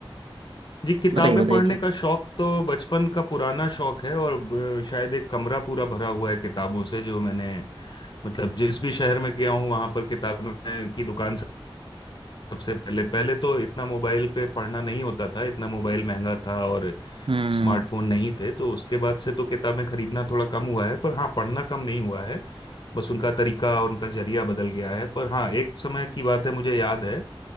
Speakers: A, on the left (about 55°); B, on the right (about 75°).
A: जी किताबें
B: बताइए बताइए
A: पढ़ने
B: क्या
A: का शौक तो बचपन का पुराना शौक है और ब- शायद एक कमरा पूरा भरा हुआ है किताबों से जो मैंने मतलब जिस भी शहर में गया हूँ वहां पर किताबें की दुकान सब- सबसे पहले पहले तो इतना मोबाइल पे पढ़ना नहीं होता था इतना मोबाइल महंगा था और
B: हम्म
A: स्मार्टफोन नहीं थे तो उसके बाद से तो किताबें खरीदना थोड़ा कम हुआ है पर हाँ पढ़ना कम नहीं हुआ है बस उनका तरीका और उनका जरिया बदल गया है पर हाँ एक समय की बात है मुझे याद है